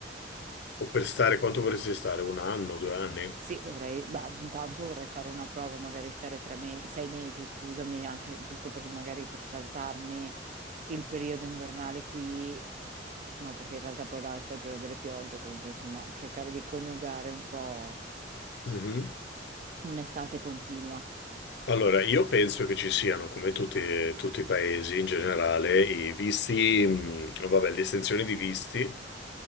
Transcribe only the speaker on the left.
o per stare quanto vorresti stare? Un anno, due anni?
Mhm.
Allora, io penso che ci siano, come tutti, tutti i paesi in generale, i visti, mh, vabbè, le estensioni di visti,